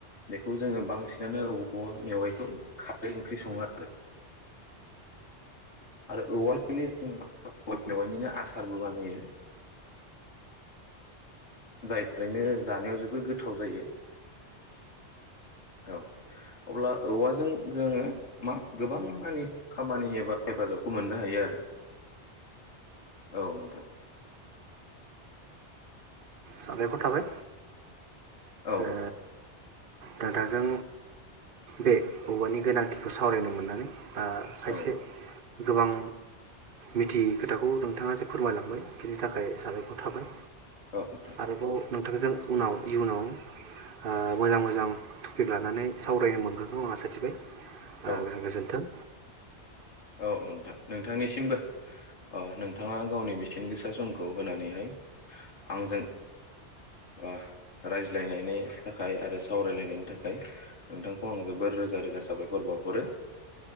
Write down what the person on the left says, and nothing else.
बेखौ जोङो बांसिनानो औवा मेवाइखौ खारै ओंख्रि सङो आरो। आरो औवानि जों औवा मेवाइनिनो आसारबो बानायो। जाय थारैनो जानायाव जोबोर गोथाव जायो। औ अब्ला औवाजों जों मा गोबां मानि खामानि एबा हेफाजाबखौ मोननो हायो आरो औ नोंथां।
औ
औ
औ नोंथा
औ
औ औ नोंथां नोंथांनिसिमबो अ नोंथाङा गावनि बेसेन गोसा समखौ होनानैहाय आंजों ओ रायज्लायनायनि थाखाय आरो सावरायलायनायनि थाखाय नोंथांखौ आं जोबोर रोजा रोजा साबायखर बाउहरो।